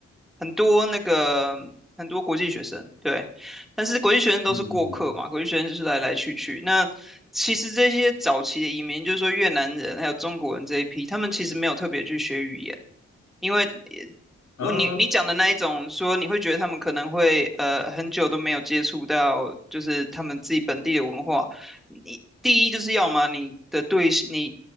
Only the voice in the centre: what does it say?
很多那个很多国际学生，对，但是国际学生都是过客嘛，
国际学生就是来来去去。那其实这些早期的移民，就是说越南人还有中国人这一批，他们其实没有特别去学语言，因为呃我你你讲的那一种说，
你会觉得他们可能会呃很久都没有接触到，就是他们自己本地的文化。你第一就是要么你的对，你